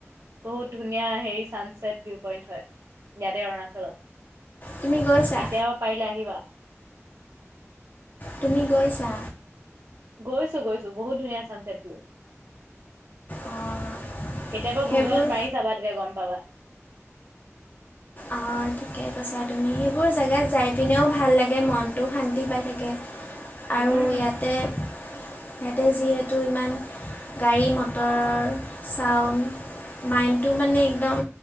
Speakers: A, on the right (about 80°); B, on the left (about 35°).
A: বহুত ধুনীয়া হেৰি ছানচছেট ভিউ পইণ্ট হয়, ইয়াতে অৰুণাচলত।
B: তুমি গৈছা?
A: কেতিয়াবা পাৰিলে আহিবা।
B: তুমি গৈছা?
A: গৈছো গৈছো, বহুত ধুনীয়া চানচেট ভিউ।
B: অঁ।
A: কেতিয়াবা
B: সেইবোৰ
A: গুগল ত মাৰি চাবা তেতিয়া গম পাবা।
B: অঁ ঠিকে কৈছা তুমি, সেইবোৰ জেগাত যাই পিনেও ভাল লাগে মনটো শান্তি পাই থাকে।
A: উম,
B: আৰু ইয়াতে, ইয়াতে যিহেতু ইমান গাড়ী মটৰ চাউণ্ড মাইণ্ডটো মানে একদম